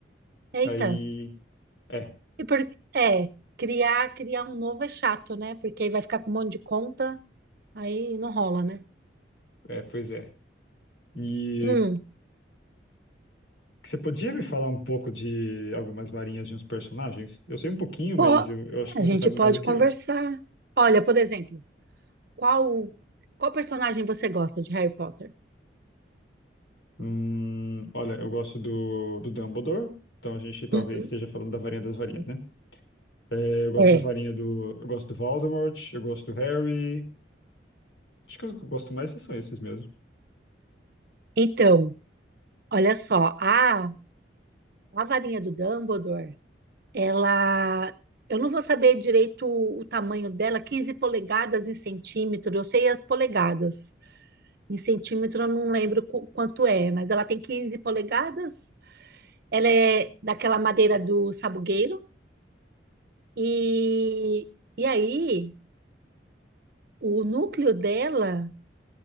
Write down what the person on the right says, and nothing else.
Eita.
E por... É, criar, criar um novo é chato, né? Porque aí vai ficar com um monte de conta, aí não rola, né?
Hum,
pô,
a
gente
pode
conversar.
Olha, por exemplo, qual, qual personagem você gosta de Harry Potter?
Uhum.
É,
então, olha só, a, a varinha do Dumbledore, ela, eu não vou saber direito o, o tamanho dela, 15 polegadas em centímetro, eu sei as polegadas. Em centímetro, eu não lembro qu- quanto é, mas ela tem 15 polegadas. Ela é daquela madeira do sabugueiro. E, e aí, o núcleo dela